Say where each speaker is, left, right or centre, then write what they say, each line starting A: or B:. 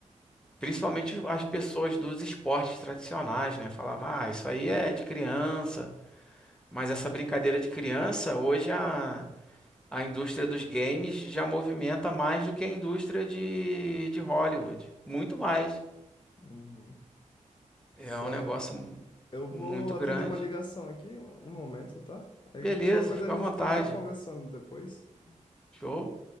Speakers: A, in the centre; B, on the left (about 35°).
A: Principalmente as pessoas dos esportes tradicionais, né? Falava, ah, isso aí é de criança. Mas essa brincadeira de criança, hoje a, a indústria dos games já movimenta mais do que a indústria de, de Hollywood. Muito mais.
B: Uhum. Certo.
A: É um negócio mu-
B: Eu
A: muito
B: vou atender
A: grande.
B: uma ligação aqui, um um momento, tá? Aí
A: Beleza,
B: qualquer
A: fica
B: coisa a gente
A: à vontade.
B: pode estar conversando depois.
A: Show.